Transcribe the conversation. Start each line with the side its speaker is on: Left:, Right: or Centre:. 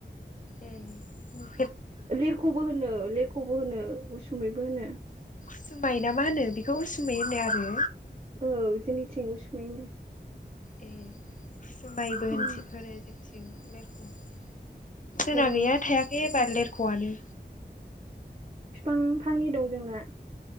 Left: ए नु
Right: लिरखबो होननो लिर खबो होनो। उसुमैबो होनो।
Left: सुमाय ना मा होनो बेखौ उसुमै होनो आरो?
Right: औ जोंनिथिं उसुमै होनो।
Left: ए। खुसुमबायबो होनथि
Right: उम
Left: होनो जों थिं लेर ख' जोना
Right: ओ
Left: गैया थायाखै एबार लेर ख' आनो।
Right: फिफां फांनै दं जोंना।